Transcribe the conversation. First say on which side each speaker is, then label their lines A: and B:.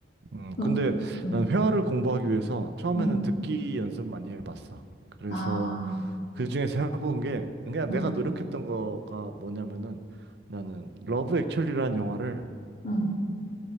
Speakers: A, on the right (about 60°); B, on the left (about 60°).
A: 음,
B: 응,
A: 근데
B: 응,
A: 난 회화를 공부하기 위해서 처음에는
B: 응.
A: 듣기 연습 많이 해봤어. 그래서
B: 아,
A: 그 중에서 해본 게 그냥
B: 응,
A: 내가 노력했던 거가 뭐냐면은 나는 러브 액츄얼리라는 영화를
B: 응,